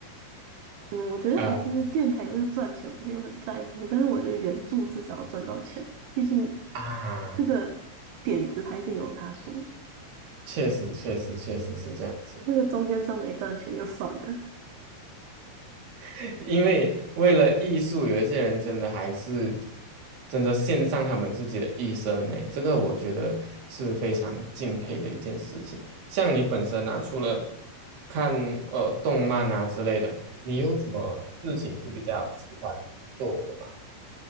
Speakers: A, on the right; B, on the right.
A: 嗯，我觉得还是电台有没有赚钱，
B: <laughs> 呃
A: 我没有很在乎，但是我觉得原著至少要赚到钱，毕竟
B: 啊，
A: 这个点子还是由他出的，
B: 确实确实确实是这样子啦。
A: 那个中间商没赚钱就算了。
B: <laughs> 因为为了艺术，有一些人真的还是真的献上他们自己的一生呢，这个我觉得是非常敬佩的一件事情。像你本身啊，除了看呃动漫啊之类的，你有什么事情是比较喜欢做的吗？